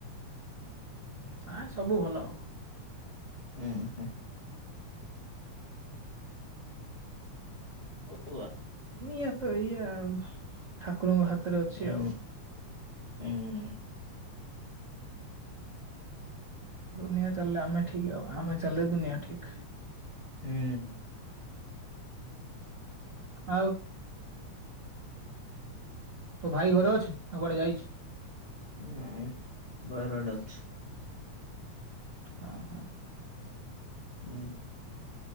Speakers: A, on the right; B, on the left.
A: ଆ ସବୁ ଭଲ ହବ।
B: ହୁଁ। <unintelligible>
A: ନିଆ ତ ଏଇଆ ଆଉ। ଠାକୁରଙ୍କ ହାତରେ ଅଛି
B: ହୁଁ
A: ଆଉ।
B: ହୁଁ
A: ଦୁନିଆ ଚାଲିଲେ ଆମେ ଠିକ୍ ହବା। ଆମେ ଚାଲିଲେ ଦୁନିଆ ଠିକ୍।
B: ହୁଁ।
A: ଆଉ
B: <inaudible>
A: ତୋ ଭାଇ ଘରେ ଅଛି। ନା କୁଆଡ଼େ ଯାଇଛି?
B: ଉଁ ବାହାରଆଡେ ଅଛି।
A: ହଁ ହଁ।
B: ହୁଁ।